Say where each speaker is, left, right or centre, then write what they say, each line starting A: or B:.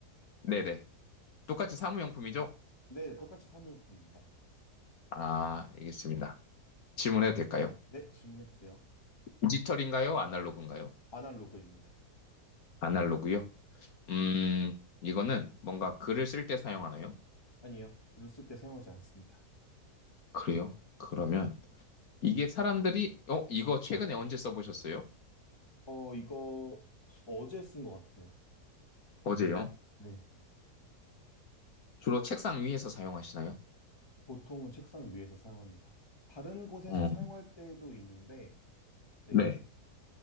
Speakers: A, on the left; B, on the left.
A: 네네. 똑같이 사무용품이죠?
B: 네, 네, 똑같이 사무용품입니다.
A: 아, 알겠습니다. 질문해도 될까요?
B: 네, 질문해 주세요.
A: 디지털인가요? 아날로그인가요?
B: 아날로그입니다.
A: 아날로그요? 음, 이거는 뭔가 글을 쓸 때 사용하나요?
B: 아니요. 글을 쓸 때 사용하지 않습니다.
A: 그래요? 그러면 이게 사람들이, 어, 이거 최근에 언제 써보셨어요?
B: 어, 이거 어제 쓴 것 같아요.
A: 어제요?
B: 네.
A: 주로 책상 위에서 사용하시나요?
B: 보통은 책상 위에서 사용합니다. 다른 곳에서
A: 어,
B: 사용할 때도 있는데, 네.
A: 네.